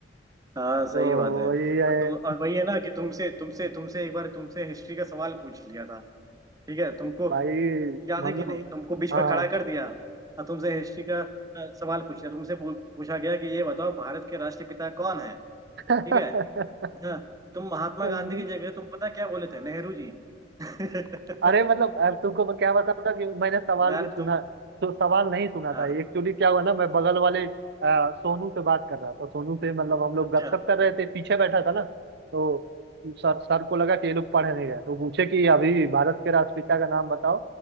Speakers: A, on the right; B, on the right.
A: हाँ सही
B: तो
A: बात है
B: वही है
A: और तुम और वही है ना कि तुमसे तुमसे तुमसे एक बार तुमसे हिस्ट्री का सवाल पूछ लिया था ठीक है तुमको
B: भाई
A: याद
B: मतलब
A: है कि नहीं तुमको बीच
B: हाँ
A: में खड़ा कर दिया और तुमसे हिस्ट्री का अ, सवाल पूछ लिया तुमसे पू- पूछा गया कि ये बताओ भारत के राष्ट्रपिता कौन है
B: हाँ
A: ठीक है हाँ, तुम महात्मा
B: <laughs>
A: गांधी की जगह तुम पता क्या बोले थे नेहरू जी <laughs>
B: अरे मतलब अब तुमको मैं क्या बताऊं ना कि मैंने सवाल
A: यार
B: भी सुना
A: तुम
B: तो सवाल नहीं सुना
A: हाँ
B: था एक्चुअली क्या हुआ ना मैं बगल वाले अ, सोनू से बात कर रहा था सोनू से मतलब हम लोग
A: अच्छा
B: गपशप कर रहे थे पीछे बैठा था ना तो सर सर को लगा कि ये लोग पढ़ नहीं रहे तो पूछे कि अभी भारत के राष्ट्रपिता का नाम बताओ